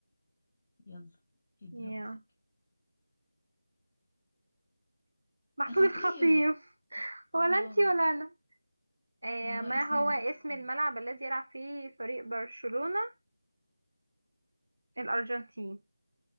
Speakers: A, on the left; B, on the right.
A: يلا ادي
B: يا
A: ابو تريكه
B: محمود
A: يا خطيب
B: الخطيب ولا
A: الله
B: أنتي ولا أنا آه
A: ما هو
B: ما
A: اسم
B: هو
A: الملعب
B: اسم الملعب الذي يلعب فيه فريق برشلونة الأرجنتين